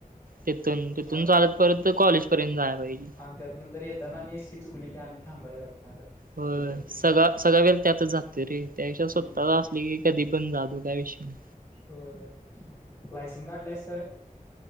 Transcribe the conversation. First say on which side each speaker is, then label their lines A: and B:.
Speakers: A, on the right (about 85°); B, on the left (about 25°).
A: तिथून. तिथून
B: मग
A: चालत परत त कॉलेज पर्यंत जाया पाहिजे.
B: आन त्यात नंतर येताना आणि एसटी चुकली की आणि थांबायला लागणार.
A: होय.
B: तिथंच
A: सगआ सगआ वेल त्यातच जातोय रे. त्याविषय
B: हम्म
A: स्वतः असली की कधी पण जा तु काय विषय नई.
B: होय. लायसन काढलायस काय?